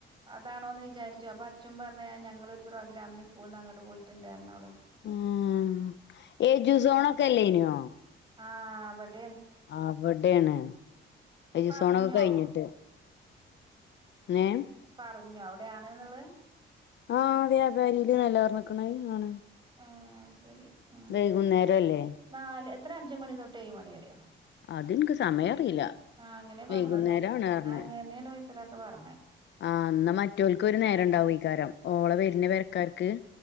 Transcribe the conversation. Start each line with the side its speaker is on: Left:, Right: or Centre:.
Right: അതാണോന്ന് വിചാരിച്ചു അപ്പൊ അച്ഛും പറഞ്ഞ് ആ ഞങ്ങളൊരു പ്രോഗ്രമിന് സ്കൂൾന്ന് അങ്ങട്ട് പോയിറ്റ്ണ്ടറിഞ്ഞു അവള്
Left: ആഹ് എജു സോൺക്കേല്ലേനോ
Right: ആഹ് അവട
Left: അവടേണ് എജുസോണൊക്കെ
Right: പറഞ്ഞോ
Left: കഴിഞ്ഞിട്ട് നേം
Right: പറഞ്ഞോ അവിടെയാണ്ന്നിള്ളെ
Left: ആഹ് വ്യാപാരീല് നല്ലർഞ്ഞ്ക്ക്ണയ് ആണ്
Right: ആഹ് അത് ശെരി അഹ്
Left: വൈകുന്നേരല്ലേ
Right: നാല് എത്ര അഞ്ച്മണി തൊട്ടേഴ്മണി വരെയോ
Left: അതിനിക്ക് സമയം അറിയില്ല
Right: ആഹ് അങ്ങനെ
Left: വൈകുന്നേരാണ്
Right: പറഞ്ഞത്
Left: പറഞ്ഞ്
Right: അങ്ങനേണ് ബഷീറാക്ക പറഞ്ഞെ
Left: ആഹ് എന്നാ മറ്റോൽക്ക് ഒരു നേരണ്ടാവേക്കാരം ഓളെ വര്ന പെരക്കാർക്ക്